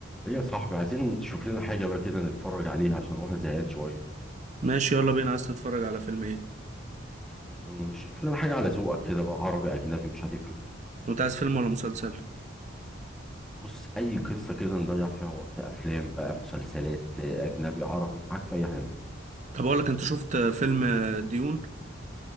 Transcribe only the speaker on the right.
ماشي يلا بينا عايز تتفرج على فيلم ايه
انت عايز فيلم ولا مسلسل
طب اقول لك انت شفت فيلم ديون